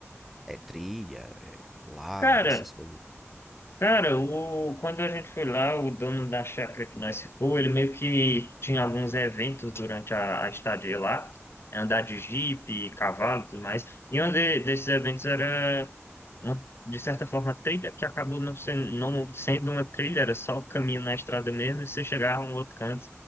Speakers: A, in the centre; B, on the left.
A: É trilha, é lago,
B: Cara,
A: essas coisas.
B: cara, o, quando a gente foi lá, o dono da chácara que nós ficou, ele meio que tinha alguns eventos durante a, a estadia lá. Andar de jipe, cavalo e tudo mais. E um de- desses eventos era uma- de certa forma, trilha que acabou não sendo, não sendo uma trilha, era só o caminho na estrada mesmo, e você chegava a um outro canto,